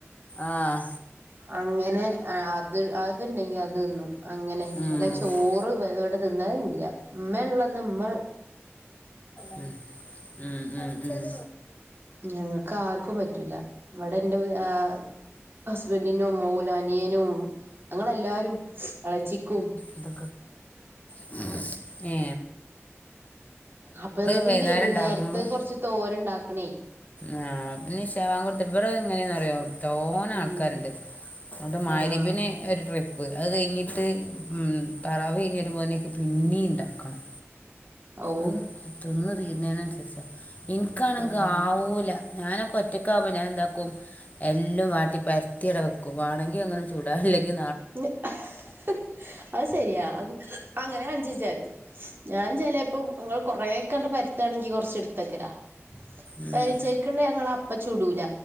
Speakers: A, on the left; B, on the right.
A: ആഹ്
B: അങ്ങനെ ആഹ് അത് അത്ണ്ടെങ്കി അത് തിന്നും അങ്ങനെ
A: ഉം
B: അല്ല
A: ഉം
B: ചോറ് ഇവ്ടെ തിന്നെൻല്യ ഇമ്മെള്ളന്ന് ഇമ്മ
A: മ് ഉം ഉം ഉം
B: ഞങ്ങക്കാർക്കും പറ്റൂല ഇവടെന്റെ ആ ഹസ്ബന്റിനും ഓലനിയനും ഞങ്ങളെല്ലാരും എളച്ചിക്കും
A: ഇതൊ <unintelligible> ഏ
B: അപ്പന്ന്ട്ടേ
A: വൈകുന്നേരം
B: ഈ വൈകുന്നേരത്തേ
A: ഉണ്ടാക്കുമ്പം
B: കൊർച്ച് തോരൻണ്ടാക്കണെയ്
A: ആഹ് ഞ് ഇശാബാങ്കോട്ത്ട്ട് ബടെങ്ങനെന്നറിയോ തോനെ
B: ഉം
A: ആൾക്കാര്ണ്ട് എന്നിട്ട് മഹ്
B: ആഹ്
A: രിബിന് ഒര് ട്രിപ്പ് അത് കഴിഞ്ഞിട്ട് മ് തറാവീ കഴിഞ്ഞ് വര്മ്പോത്തിന് പിന്നീണ്ടാക്കണം
B: ഔ
A: അത് തിന്ന് തീര്ണെനൻസരിച്ചാ ഇൻക്കാണെങ്കി
B: ആഹ്
A: ആവൂല ഞാനൊക്കെ ഒറ്റക്കാവുമ്പോ ഞാനെന്താക്കും എല്ലും വാട്ടി പരത്തിയിവിട വെക്കും വാേണെങ്കിൽ അങ്ങനെ ചൂടാ അല്ലെങ്കി
B: <unintelligible> അത് ശരിയാ അങ്ങനെ കാണിച്ച് വച്ചാ മതി. ഞാൻ ചെലപ്പോ ഞങ്ങൾ കൊറേക്കെ അങ്ങട് പരത്തുണെങ്കി കുറച്ച് ത്തക്കലാ
A: ഉം
B: പെലച്ചക്കുള്ളത് ഞങ്ങള അപ്പ ചുടൂല